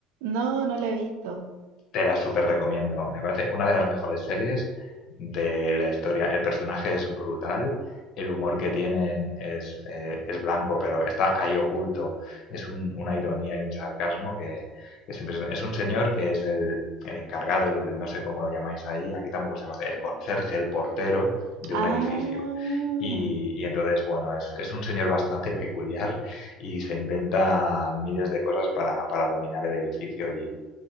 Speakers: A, on the right; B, on the left.
A: No, no la he visto.
B: Te la súper recomiendo. Me parece una de las mejores series de la historia. El personaje es brutal. El humor que tienen es, eh, es blanco, pero está ahí oculto. Es un- una ironía y un sarcasmo que, que es impresionante. Es un señor que es el, el encargado, el, no sé cómo lo llamáis ahí, aquí tampoco se llama, el conserje, el portero de
A: Ah,
B: un edificio y, y entonces, bueno, es, es un señor bastante peculiar y se inventa miles de cosas para, para dominar el edificio y,